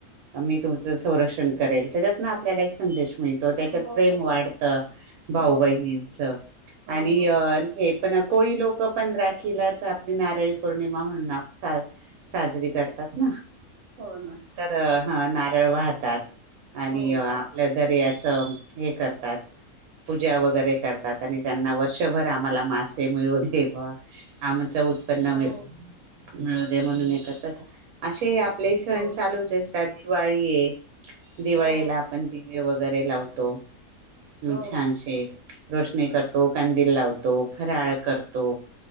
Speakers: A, on the right (about 85°); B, on the right (about 60°).
A: मी तुमचं संरक्षण ेल त्याच्यात ना आप आपल्याला एक संदेश मिळतो त्याच्यात
B: हो
A: प्रेम वाढतं भाऊ
B: हो
A: बहिणींच
B: हो
A: आणि
B: हो
A: हे पण कोळी लोक पण राखीलाच आपली नारळी पौर्णिमा म्हणून सा साजरी करतात ना
B: हो ना
A: तर ह नारळ वाहतात आणि
B: हो
A: आपल्या दर्याचं हे करतात पूजा वगैरे करतात आणि त्यांना वर्षभर आम्हाला मास ते मिळो दे बा आमच उत्पन्न
B: हो
A: मिळ मिळू दे म्हणून एकांतात अशे हे आपले सण
B: हो
A: चालूच असतात दिवाळी ये दिवाळी
B: हो
A: आपण दिवे वगैरे लावतो हम
B: हो
A: छानशे रोशनी करतो कंदील लावतो फराळ करतो